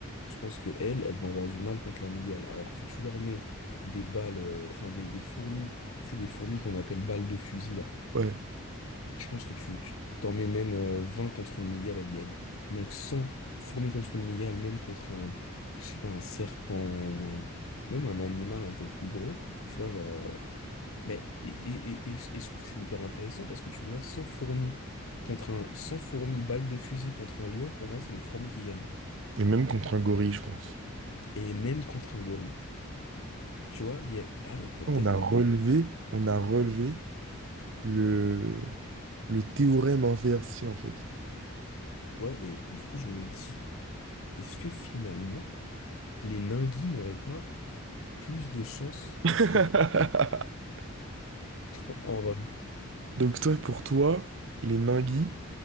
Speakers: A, on the left (about 70°); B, on the right (about 55°).
A: Je pense que elles, elles vont avoir du mal contre l'amygale. Alors que tu leur mets des balles, euh, enfin des, des fourmis, c'est des fourmis qu'on appelle balles de fusil là.
B: Ouais.
A: Je pense que tu, tu t'en mets même euh, 20 contre une migale, elle gagne. Donc 100 fourmis contre une migale, même contre un, je sais pas, un serpent ou un, même un animal un peu plus gros, tu vois, genre. euh, ben, et, et, et, et- et je trouve que c'est hyper intéressant parce que tu vois, cent fourmis contre un, 100 fourmis balles de fusil contre un lion, pour moi, c'est les fourmis qui gagnent.
B: Et même contre un gorille, je pense.
A: Et même contre un gorille. Tu vois, il y a... Ah, mais peut-être
B: On a
A: qu'en
B: relevé,
A: fait...
B: on a relevé le, le théorème inversé, en fait.
A: Ouais, et du coup, je me dis, est-ce que finalement, les Ningui n'auraient pas plus de chances
B: <laughs>
A: que les... En vrai.
B: Donc toi, pour toi, les ninguis